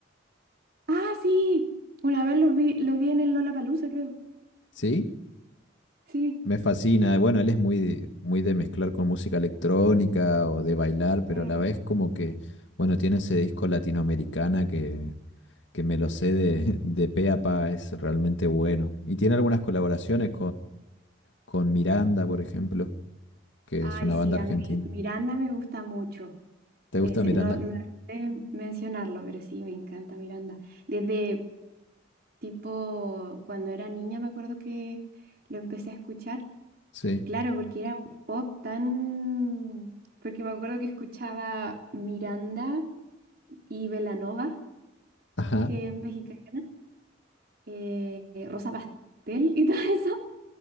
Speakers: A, on the right; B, on the left.
A: Ah, sí. Una vez los vi, los vi en el Lollapalooza, creo.
B: ¿Sí?
A: Sí.
B: Me fascina. Bueno, él es muy, muy de mezclar con música electrónica o de bailar, pero
A: Mm.
B: a la vez como que, bueno, tiene ese disco latinoamericana que, que me lo sé de, <laughs> de pe a pa, es realmente bueno. Y tiene algunas colaboraciones
A: Sí.
B: con Miranda, por ejemplo, que
A: Ay,
B: es una
A: sí,
B: banda
A: a
B: argentina.
A: mí Miranda me gusta mucho.
B: ¿Te
A: Ese,
B: gusta Miranda?
A: no me olvidé mencionarlo, pero sí, me encanta Miranda. Desde tipo cuando era niña me acuerdo que lo empecé a escuchar.
B: Sí.
A: Y claro, porque era un pop tan... Porque me acuerdo que escuchaba Miranda y Belanova,
B: Ajá.
A: que es mexicana, eh, eh, Rosa Pastel y <laughs> todo eso.